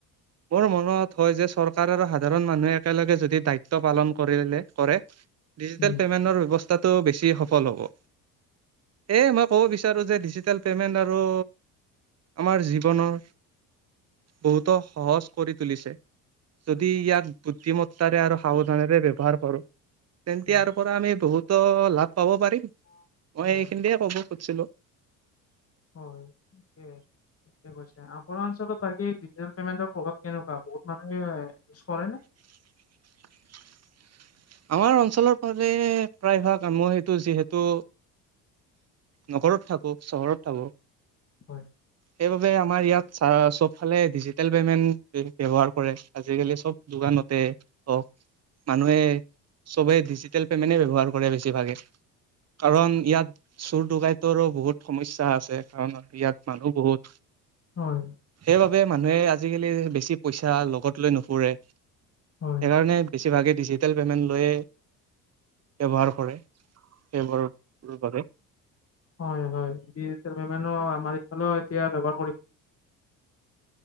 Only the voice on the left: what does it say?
উম,
উম,
হয়,
হয়,
হয় সেইয়াই। কৈছে আপোনাৰ অঞ্চলত বাকী ডিজি পেমেন্টৰ প্ৰভ কেনেকুৱা বহুত মানুহে ইউজ কৰে নে?
হয়।
হয়।
হয়।
হয় হয় ডিজিেল পেমেণ্টৰ আমাৰ ইফালে এতিয়া ব্যৱহাৰ কৰি